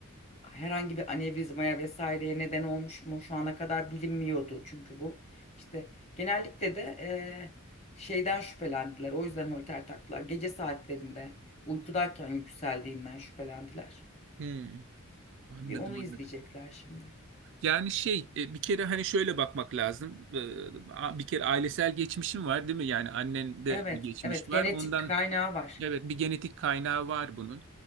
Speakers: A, on the left; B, on the right.
A: herhangi bir anevrizmaya vesaireye neden olmuş mu şu ana kadar bilinmiyordu çünkü bu. İşte genellikle de eee, şeyden şüphelendiler. O yüzden holter taktılar. Gece saatlerinde uykudayken yükseldiğinden şüphelendiler.
B: Hmm, anladım
A: Bir onu izleyecekler
B: anladım.
A: şimdi.
B: Yani şey e, bir kere hani şöyle bakmak lazım. E, a- bir kere ailesel geçmişim var değil mi? Yani annende
A: Evet,
B: bir geçmiş
A: evet
B: var.
A: genetik
B: Ondan
A: kaynağı var.
B: evet bir genetik kaynağı var bunun.